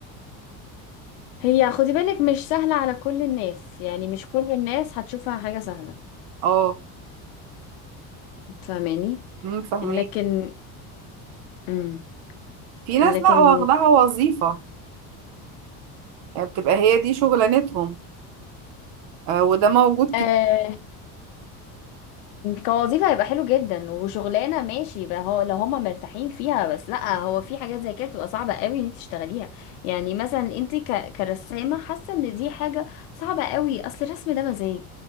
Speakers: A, on the left; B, on the right.
A: هي خدي بالك مش سهلة على كل الناس يعني مش كل الناس هتشوفها حاجة سهلة
B: اه
A: فاهماني
B: أمم، فاهمين
A: لكن امم
B: في ناس
A: لكن
B: لا واخدها وظيفه يعني بتبقى هي دي شغلانتهم آه، وده موجود
A: آه كوظيفة هيبقى حلو جدا وشغلانة ماشي بقى هو لو هما مرتاحين فيها بس لا هو في حاجات زي كده بتبقى صعبة قوي ان انت تشتغليها يعني مثلا انت ك... كرسامة حاسة ان دي حاجة صعبة قوي اصل الرسم ده مزاج